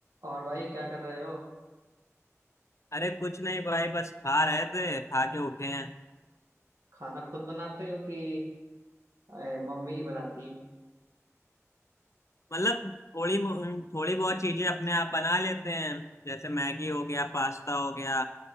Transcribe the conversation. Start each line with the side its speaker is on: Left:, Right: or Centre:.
Right: और भाई क्या कर रहे हो
Left: अरे कुछ नहीं भाई बस खा रहे थे खा के उठे हैं
Right: खाना खुद बनाते हो कि ए, मम्मी बनाती हैं
Left: मतलब थोड़ी थोड़ी बहुत चीजें अपने आप बना लेते हैं जैसे मैगी हो गया पास्ता हो गया